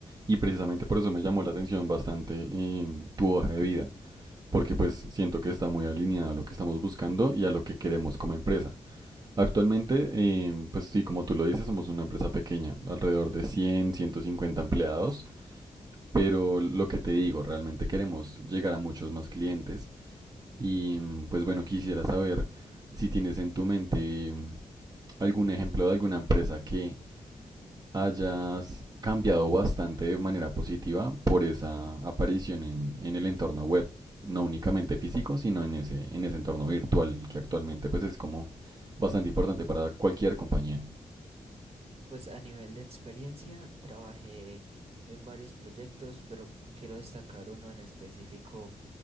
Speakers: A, on the right; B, on the right.
A: Y precisamente por eso me llamó la atención bastante em, tu hoja de vida, porque pues siento que está muy alineada a lo que estamos buscando y a lo que queremos como empresa. Actualmente, em, pues sí, como tú lo dices, somos una empresa pequeña, alrededor de 100, 150 empleados, pero lo que te digo, realmente queremos llegar a muchos más clientes Y pues bueno, quisiera saber si tienes en tu mente mm, algún ejemplo de alguna empresa que hayas cambiado bastante de manera positiva por esa aparición en, en el entorno web, no únicamente físico, sino en ese, en ese entorno virtual que actualmente pues es como bastante importante para cualquier compañía.
B: Pues a nivel de experiencia trabajé en varios proyectos, pero quiero destacar uno en específico